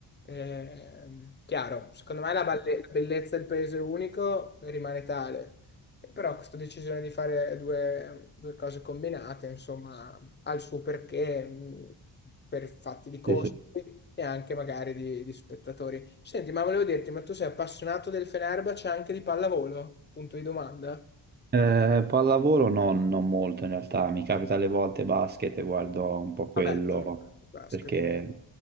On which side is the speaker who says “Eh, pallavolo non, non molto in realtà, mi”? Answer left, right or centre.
Right